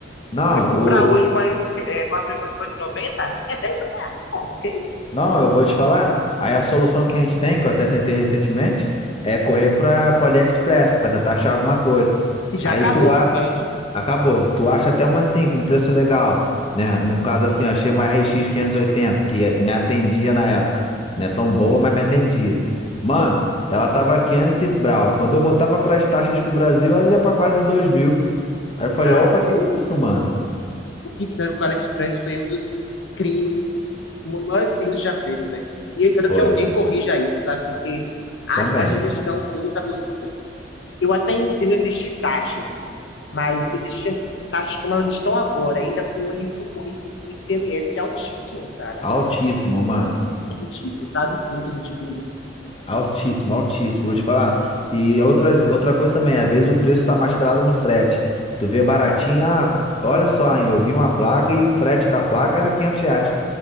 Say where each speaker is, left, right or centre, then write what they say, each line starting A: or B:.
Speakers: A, on the left; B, on the left.
A: Não,
B: Se você comprar
A: o,
B: hoje uma R$ 4,890, é quatro mil oitocentos e noventa, é dez mil reais, pô. Que isso?
A: não, eu vou te falar. Aí a solução que a gente tem, que eu até tentei recentemente, é correr para o AliExpress para tentar achar alguma coisa.
B: E já
A: Aí
B: acabou
A: tu vai.
B: também, né?
A: Acabou. Tu acha até uma assim, com preço legal, né? No caso assim, eu achei uma RX oitenta que eh, me atendia na época. Não é tão boa, mas me atendia. Mano, ela tava 500 e brau. Quando eu botava pras taxas pro Brasil, ela ia pra quase dois mil. Aí eu falei,
B: Cara,
A: opa, que isso, mano?
B: o que fizeram com o AliExpress foi um dos crimes, um dos maiores crimes já feitos, velho. E eu espero
A: Foi,
B: que alguém corrija isso, sabe? Porque as
A: também.
B: taxas estão muito abusivas. Eu até entendo existir taxas, mas existir taxas como elas estão agora, ainda com esse, com esse ICMS altíssimo, cara,
A: Altíssimo, mano.
B: é ridículo, sabe? Muito ridículo mesmo.
A: Altíssimo, altíssimo, vou te falar. E outra, outra coisa também, às vezes o preço tá mascarado no frete. Tu vê baratinho, ah, olha só, hein, eu vi uma placa e o frete da placa era 500 reais.